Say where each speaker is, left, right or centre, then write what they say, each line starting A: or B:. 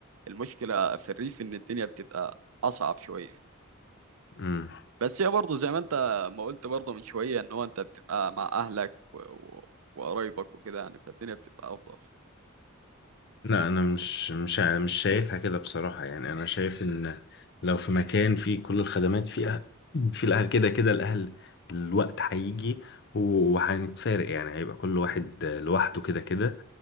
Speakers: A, on the right; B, on the left.
A: المشكله في الريف ان الدنيا بتبقى اصعب شويه
B: مم.
A: بس هي برضه زي ما انت ما قلت برضه من شويه ان هو انت بتبقى مع اهلك و... و... وقرايبك وكده يعني فالدنيا بتبقى افضل
B: لا انا مش مش مش شايفها كده بصراحة يعني انا شايف ان لو في مكان فيه كل الخدمات فيها في الاهل كده كده الاهل الوقت هيجي وهنتفارق يعني هيبقى كل واحد لوحده كده كده